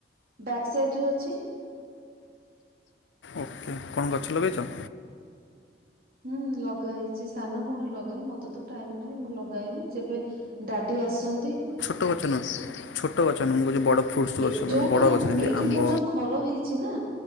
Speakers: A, on the right; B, on the left.
A: ବ୍ୟାକ୍ ସାଇଡ଼ରେ ଅଛି।
B: ଓକେ, କଣ ଗଛ ଲଗେଇଛ?
A: ହୁଁ ଲଗା ହେଇଛି, ସାନ ଭଉଣୀ ଲଗାଏ ମତେ ତ ଟାଇମ ନାହିଁ, ମୁଁ ଲଗାଏନି, ଯେବେ ଡାଡ଼ି ଆସିଚନ୍ତି।
B: ଟ ଗଛ ନୁହଁ ଛୋଟ ଗଛ ନୁହଁ ମୁଁ କହୁଛି ବଡ଼ ଫ୍ରୁଟ୍ସ
A: ଏ
B: ଗଛ
A: ଯୋଉଟା,
B: ମାନେ ବଡ଼ ଗଛ ଯେମିତି
A: ଏଇଠି
B: ଆମ୍ବ
A: ମୋ ଯୋଉ ଘର ହେଇଛି ନା